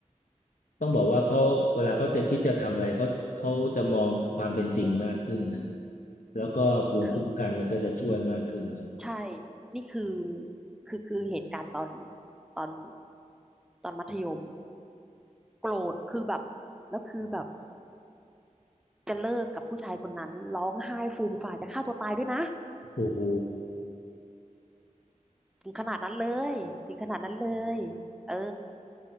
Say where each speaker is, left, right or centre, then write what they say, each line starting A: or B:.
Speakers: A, on the left; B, in the centre.
A: ต้องบอกว่าเขาเวลาเขาจะคิดจะทำอะไรเขาเขาจะมองความเป็นจริงมากขึ้นนะแล้วก็ภูมิคุ้มกันมันก็จะช่วยมากขึ้นเลย
B: คือใช่นี่คือคือคือเหตุการณ์ตอนตอนตอนมัธยมโกรธคือแบบแล้วคือแบบจะเลิกกับผู้ชายคนนั้นร้องไห้ฟูมฝ่ายจะฆ่าตัวตายด้วยนะ
A: โอ้โห
B: ถึงขนาดนั้นเลยถึงขนาดนั้นเลยเออ